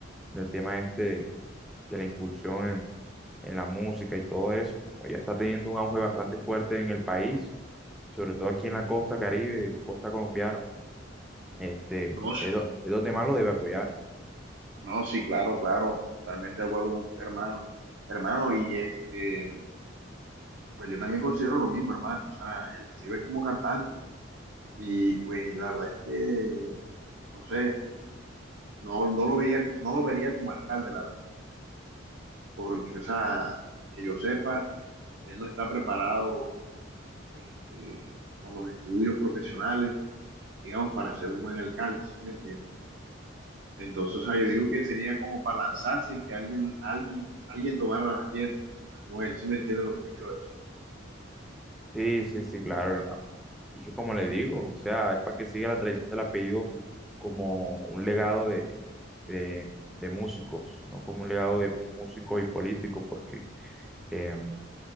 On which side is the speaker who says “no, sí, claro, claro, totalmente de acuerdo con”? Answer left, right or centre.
Right